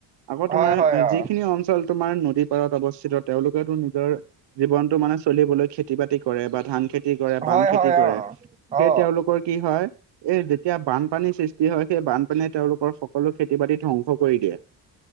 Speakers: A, on the right (about 60°); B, on the right (about 15°).
A: আকৌ
B: হয়
A: তোমাৰ,
B: হয়
A: আ
B: অ
A: যিখিনি অঞ্চল তোমাৰ নদীত পৰত অৱস্থিত তেওঁলোকেতো নিজৰ জীৱনটো মানে চলিবলৈ খেতি-বাতি কৰে বা ধান খেত তি কৰে, বাম
B: হয়
A: খেতি
B: হয়
A: কৰে।
B: অ
A: সেই
B: অ
A: তেওঁলোকৰ কি হয় এই যেতিয়া বানপানীৰ সৃষ্টি হয়, সেই বানপানীয়ে তেওঁলোকৰ সকলো খেতি-বাতি ধ্বংস কৰি দিয়ে।